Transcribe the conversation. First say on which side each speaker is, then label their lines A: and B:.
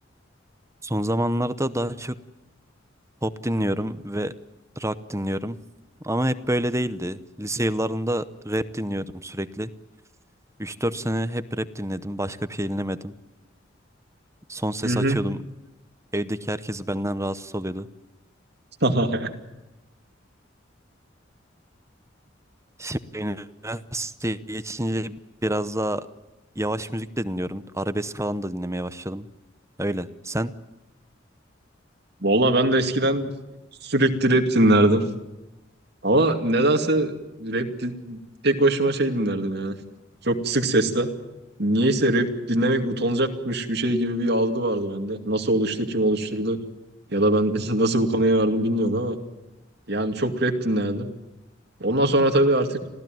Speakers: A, on the right; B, on the right.
A: Son zamanlarda daha çok pop dinliyorum ve rock dinliyorum. Ama hep böyle değildi. Lise yıllarında rap dinliyordum sürekli. Üç dört sene hep rap dinledim. Başka bir şey dinlemedim. Son ses
B: Hı hı.
A: açıyordum. Evdeki herkesi benden rahatsız oluyordu.
B: <laughs>
A: Şimdi üniversiteye geçince biraz daha yavaş müzik de dinliyorum. Arabesk falan da dinlemeye başladım. Öyle. Sen?
B: Vallahi ben de eskiden sürekli rap dinlerdim. Ama nedense rap di- tek başıma şey dinlerdim yani. Çok kısık sesle. Niyeyse rap dinlemek utanacakmış bir şey gibi bir algı vardı bende. Nasıl oluştu, kim oluşturdu ya da ben <laughs> nasıl bu konuya vardım bilmiyorum ama yani çok rap dinlerdim. Ondan sonra tabii artık